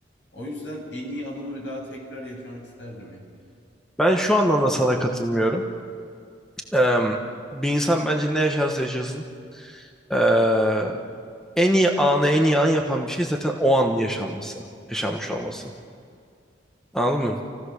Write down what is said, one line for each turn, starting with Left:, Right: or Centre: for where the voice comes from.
Left: O yüzden en iyi anımı bir daha tekrar yaşamak isterdim ya.
Centre: Ben şu anlamda sana katılmıyorum. Eee, bir insan bence ne yaşarsa yaşasın eee, en iyi anı en iyi an yapan bir şey zaten o an yaşanması, yaşanmış olması. Anladın mı?